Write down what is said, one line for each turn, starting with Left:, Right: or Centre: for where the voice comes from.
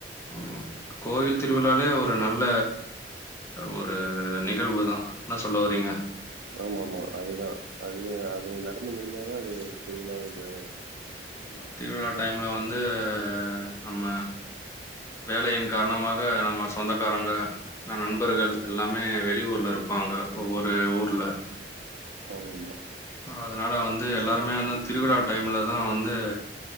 Left: ம் கோவில் திருவிழாலே ஒரு நல்ல ஒரு நிகழ்வு தா என்ன சொல்ல வரீங்க
Right: ஆமா ஆமா அதுதா அது அது நடந்து முடிஞ்சாதா அது திருவிழா ஜோரா இக்கு
Left: ஆமா. திருவிழா டைம்ல வந்து நம்ம வேலையின் காரணமாக நம்ம சொந்தக்காரங்க ந நண்பர்கள்
Right: ம்.
Left: எல்லாமே வெளி ஊர்ல இருப்பாங்க ஒவ்வொரு ஊர்ல
Right: ஆமாமா.
Left: அதனால வந்து எல்லாருமே வந்து திருவிழா டைம்லதா வந்து